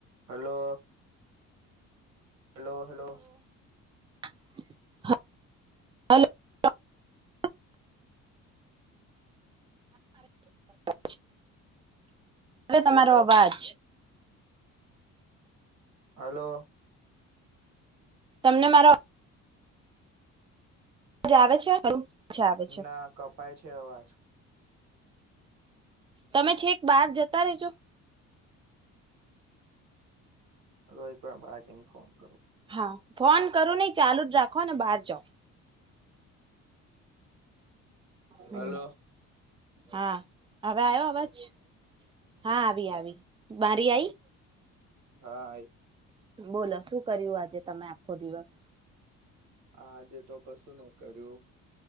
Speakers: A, on the right (about 70°); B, on the right (about 15°).
A: Hello hello hello
B: <inaudible> <inaudible> હવે તમારો
A: hello
B: અવાજ
A: હલો
B: તમને મારો મજા આવે છે અચ્છા આવે છે
A: ના કપાય છે અવાજ
B: તમે છેક બહાર જતા રેજો
A: હ રો એકવાર બાદ ઇન્ફોર્મ કરું
B: હા ફોન કરું નઈ ચાલુ જ રાખો ને બહાર જાાવ હમ
A: <inaudible> <inaudible> હલો
B: હા હવે આવ્યો અવાજ હા આવી આવી મારીાય
A: હા આ
B: બોલો શું કર્યું આજે તમે આખો દિવસ
A: આજે તો કશું ન કર્યું